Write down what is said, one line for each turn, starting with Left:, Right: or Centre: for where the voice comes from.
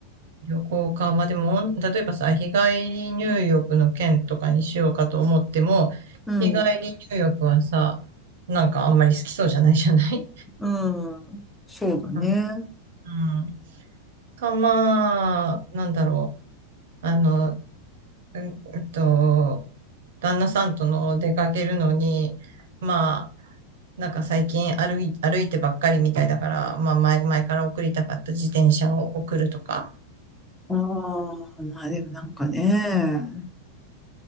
Right: 旅行か。まあでも、オン例えばさ、日帰り入浴の件とかにしようかと思っても、
Centre: うん、
Right: 日帰り入浴はさ、なんかあんまり好きそうじゃないじゃない
Centre: うん。そうだね。
Right: うんうん。か、まあ、なんだろう。あの、うんえっと、旦那さんとの出かけるのに、まあ、なんか最近歩い、歩いてばっかりみたいだから、まあ前、前から送りたかった自転車を送るとか。
Centre: ああ、まあでもなんかね、